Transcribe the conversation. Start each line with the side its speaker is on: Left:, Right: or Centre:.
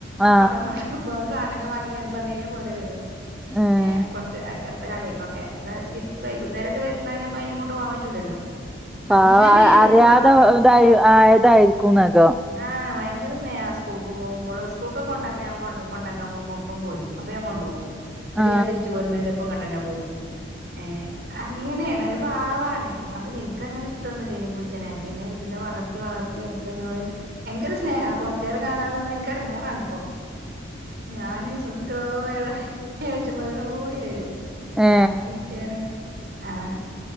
Centre: ആ
Right: അവിടന്നാണ്ട് ഇപ്പൊ സാധനവെക്കെ വാങ്ങി വെരുമ്പോ അതേപോലെ വെരും.
Centre: ഉം
Right: ഏഹ് കൊറെച്ച് അ അടു എടെക്കൊക്കെ അത് തിരിച്ച് വൈകുന്നേരെക്കെ വെരുന്നെനിപ്പം അയിനേ കൊണ്ട് പോവാൻ പറ്റൂലല്ലോ.
Centre: പാവ
Right: അങ്ങനെയായിരുന്നു
Centre: അറിയാതെ
Right: ഒരു പാ
Centre: ഇതായി ആയതായിരിക്കും നഖം.
Right: ആഹ് ഭയങ്കര സ്നേഹാ. സ്കൂളിക്ക് പോമ്പളോ. സ്കൂളെക്കെ കൊണ്ടാക്കാൻ ഞാൻ കൊണ്ടാക്കാൻ പോമ്പോ ഒപ്പം പോരും. അപ്പൊ ഞാൻ കൊണ്ടു പോം. എന്നിട്ട്
Centre: ആ
Right: ഞാൻ തിരിച്ചു പോരുമ്പം എന്റൊപ്പം ങ്ങട്ടന്നെ പോരും ഏഹ്. അങ്ങനെയാണ് ഒരു പാവാണ്. അപ്പൊ എനക്കങ്ങനെ ഇഷ്ടൊന്നുമില്ല ഇനി പൂച്ചനെ. പിന്നെ ഇതിനെ വളർത്തി വളർത്തി എനി ക്കൊഞ്ഞൊള്. ഭയങ്കര സ്നേഹാ. കൊറെച്ച് നേരം കാണാതെ നിന്നാ എനക്ക് എടങ്ങേറാണ് ഇപ്പോ. ഞാന് സുട്ടോ ഏഴ ഏഴച്ചന്നേരം ഓടി വെരും.
Centre: ഏ
Right: നാടാൻ പൂച്ചയാണ്ആഹ്